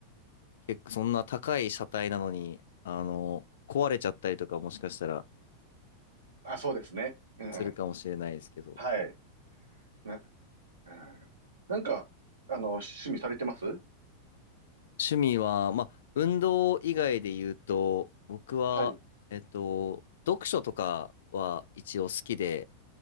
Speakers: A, on the left; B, on the right.
A: 結構、そんな高い車体なのに、あの、壊れちゃったりとか、もしかしたら、
B: あ、そうですね。うん。
A: するかもしれないですけど。
B: はい。な、うん。なんか、あの、趣味されてます
A: 趣味は、まあ、運動以外で言うと、僕は、
B: はい。う
A: えっと、読書とかは一応好きで、